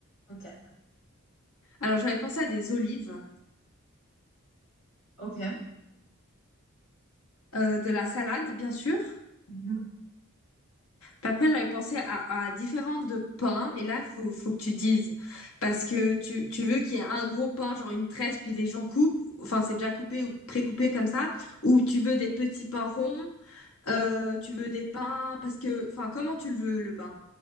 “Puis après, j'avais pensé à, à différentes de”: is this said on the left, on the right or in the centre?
Left